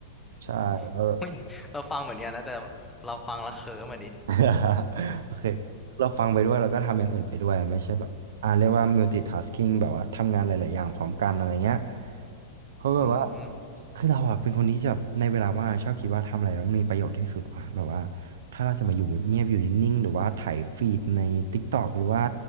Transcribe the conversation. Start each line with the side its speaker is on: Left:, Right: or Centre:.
Right: ใช่แล้ว
Centre: อ๋อ <laughs> ไม่เราฟังเหมือนกันนะแต่เราฟังแล้วเคิร์มอะดิ
Right: <laughs> โอเคเราฟังไปด้วยเราก็ทำอย่างอื่นไปด้วยไม่ใช่แบบอ่าเรียกว่า multitasking แบบว่าทำงานหลายๆอย่างพร้อมกันอะไรเงี้ย
Centre: <laughs>
Right: เพราะแบบว่า
Centre: อืม
Right: คือเราอะเป็นคนที่จะแบบในเวลาว่างชอบคิดว่าทำอะไรแล้วมันมีประโยชน์ที่สุดว่ะแบบว่าถ้าเราจะมาอยู่เงียบๆอยู่นิ่งๆหรือว่าไถ่ายฟีดใน TikTok หรือว่า